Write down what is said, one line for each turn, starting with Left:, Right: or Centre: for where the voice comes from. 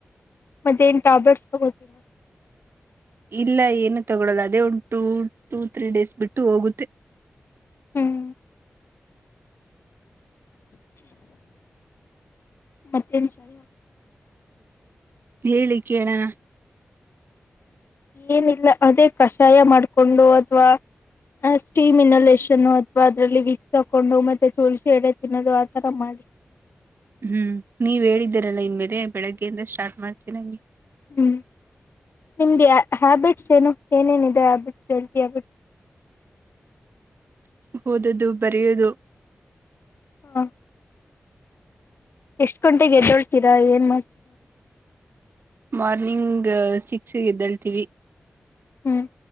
Left: ಮತ್ತೆ ಏನ್ ಟ್ಯಾಬ್ಲೆಟ್ಸ್ ತಗೋತೀರಾ
Right: ಇಲ್ಲ ಏನು ತಗೊಳ್ಳಲ್ಲ ಅದೇ ಒಂದು ಟೂ ಟೂ ತ್ರೀ ಡೇಸ್ ಬಿಟ್ಟು ಹೋಗುತ್ತೆ
Left: ಹ್ಮ್ ಮತ್ತೆ ವಿಚಾರ
Right: ಹೇಳಿ ಕೇಳಣ
Left: ಏನಿಲ್ಲ ಅದೇ ಕಷಾಯ ಮಾಡ್ಕೊಂಡು ಅಥ್ವಾ ಸ್ಟೀಮ್ ಇನ್ನಲಷನ್ ಅಥ್ವಾ ಅದ್ರಲ್ಲಿ ವಿಕ್ಸ್ ಹಾಕೊಂಡು ಮತ್ತೆ ತೋಲ್ಸಿ ಎಡೆ ತಿನ್ನೋದು ಆತರ ಮಾಡಿ
Right: ಹ್ಮ್ ನೀವ್ ಹೇಳಿದ್ದೀರಲ್ಲಾ ಇನ್ ಮೇಲೆ ಬೆಳಗ್ಗೆಯಿಂದ ಸ್ಟಾರ್ಟ್ ಮಾಡ್ತೀ ನಂಗೆ
Left: ಹ್ಮ್ ನಿಮ್ದ ಹ್ಯಾಬಿಟ್ಸ್ ಏನು ಏನೇನಿದೆ ಹ್ಯಾಬಿಟ್ಸ್ ಹೆಲ್ತಿ ಹ್ಯಾಬಿಟ್ಸ್
Right: ಹೋದದು ಬರೆಯೋದು
Left: ಹ್ಮ ಎಷ್ಟ ಗಂಟೆಗೆ ಎದ್ದೋಡ್ತೀರಾ ಏನ್ ಮಾಡ್ತೀರಾ
Right: ಮಾರ್ನಿಂಗ್ ಸಿಕ್ಸ್ಗೆ ಎದ್ದಳ್ತೀವಿ
Left: ಹ್ಮ್